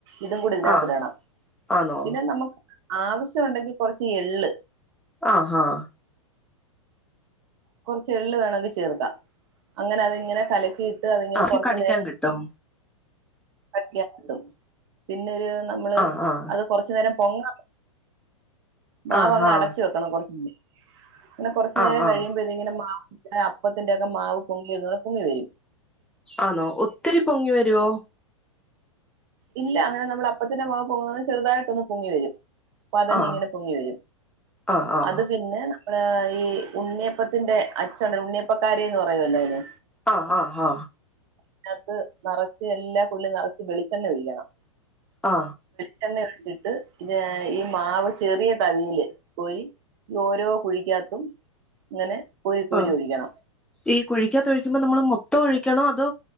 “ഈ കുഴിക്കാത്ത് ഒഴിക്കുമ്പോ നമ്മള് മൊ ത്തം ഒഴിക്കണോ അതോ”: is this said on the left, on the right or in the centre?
Centre